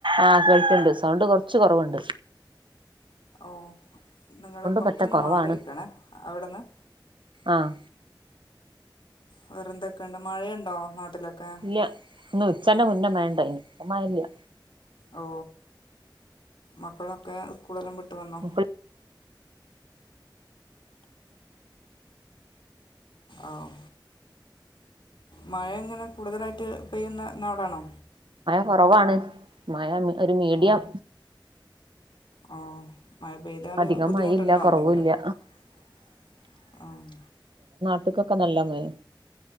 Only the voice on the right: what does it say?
ആഹ് കുഴപ്പുണ്ട് സൗണ്ട് കൊറച്ച് കുറവുണ്ട്
പറ്റെ കൊറവാണ്
ആഹ്
ഇല്ല ഇന്ന് ഉച്ചന്റെ മുന്നെമഴ ഉണ്ടായി ഇപ്പം മഴയില്ല
ഇപ്പ
കുറവാണ് മഴ ഒരു മീഡിയം
അധികം
മഴയില്ല കൊറവുല്ല
<unintelligible> ക്കൊക്കെ നല്ല മഴയാ